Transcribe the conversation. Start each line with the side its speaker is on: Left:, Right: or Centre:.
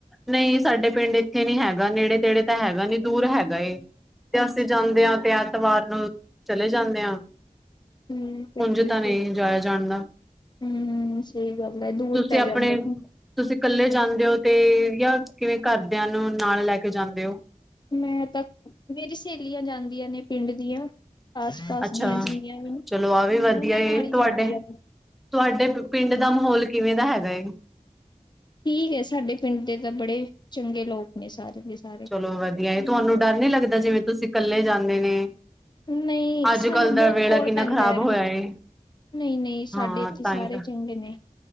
Centre: ਨਹੀਂ ਸਾਡੇ ਪਿੰਡ ਇੱਥੇ ਨੀ ਹੈਗਾ ਨੇੜੇ ਤੇੜੇ ਤਾਂ ਹੈਗਾ ਨੀ ਦੂਰ ਹੈਗਾ ਏ ਤੇ
Left: ਅੱਛਾ
Centre: ਅਸੀਂ ਜਾਂਦੇ ਹਾਂ ਤੇ ਐਤਵਾਰ ਨੂੰ ਚਲੇ ਜਾਂਦੇ ਹਾਂ
Left: ਹਮ ਤੇ
Centre: ਉੰਝ
Left: ਠੀਕ
Centre: ਤਾਂ ਨਹੀਂ ਜਾਇਆ ਜਾਂਦਾ
Left: ਹਮ ਸਹੀ ਗੱਲ ਹੈ ਦੂਰ
Centre: ਤੁਸੀਂ
Left: ਪੈ
Centre: ਆਪਣੇ
Left: ਜਾਂਦੈ ਨਾ
Centre: ਤੁਸੀਂ ਕੱਲੇ ਜਾਂਦੇ ਹੋ ਤੇ ਯਾ ਕਿਵੇਂ ਘਰਦਿਆਂ ਨੂੰ ਨਾਲ ਲੈ ਕੇ ਜਾਂਦੇ ਹੋ।
Left: ਮੈਂ ਤਾਂ ਮੇਰੀ ਸਹੇਲੀਆਂ ਜਾਂਦੀਆਂ ਨੇ ਪਿੰਡ ਦੀਆਂ। ਆਸ ਪਾਸ
Centre: ਅੱਛਾ
Left: ਦੀਆਂ ਜਿੰਨੀਆਂ ਵੀ ਨੇ
Centre: ਚਲੋ ਆਹ ਵੀ ਵਧੀਆ
Left: ਉਹਨਾਂ
Centre: ਏ
Left: ਨਾਲ ਹੀ
Centre: ਤੁਹਾਡੇ
Left: ਜਾਂਦੀ ਹਾਂ
Centre: ਤੁਹਾਡੇ ਪਿੰਡ ਦਾ ਮਾਹੌਲ ਕਿਵੇਂ ਦਾ ਹੈਗਾ ਏ,
Left: ਠੀਕ ਏ ਸਾਡੇ ਪਿੰਡ ਦੇ ਤਾਂ ਬੜੇ ਚੰਗੇ ਲੋਕ ਨੇ ਸਾਰੇ ਦੇ ਸਾਰੇ
Centre: ਲੋ ਵਧੀਆ ਏ ਤੁਹਾਨੂੰ ਡਰ ਨੀ ਲੱਗਦਾ ਜਿਵੇਂ ਤੁਸੀਂ ਕੱਲੇ ਜਾਂਦੇ ਨੇ
Left: ਨਹੀਂ
Centre: ਅੱਜ
Left: ਸਾਨੂੰ
Centre: ਕਲ ਦਾ
Left: ਬਹੁਤ
Centre: ਵੇਲਾ
Left: ਕੋਲ
Centre: ਕਿੰਨਾ
Left: ਪੈਂਦਾ
Centre: ਖ਼ਰਾਬ
Left: ਹੈ
Centre: ਹੋਇਆ ਏ।
Left: ਨਹੀਂ ਨਹੀਂ ਸਾਡੇ
Centre: ਹਾਂ
Left: ਇੱਥੇ
Centre: ਤਾਂ
Left: ਸਾਰੇ
Centre: ਹੀ ਤਾਂ
Left: ਚੰਗੇ ਨੇ